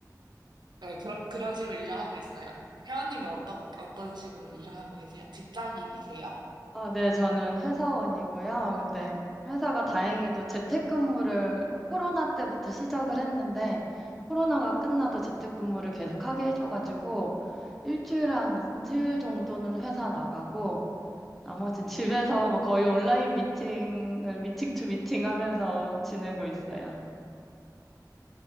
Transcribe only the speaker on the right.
네, 그런,
그런 식으로 일을 하고 있어요. 회원님은 어떠, 어떤 식으로 일을 하고 계세요? 직장인이세요?
음. 네,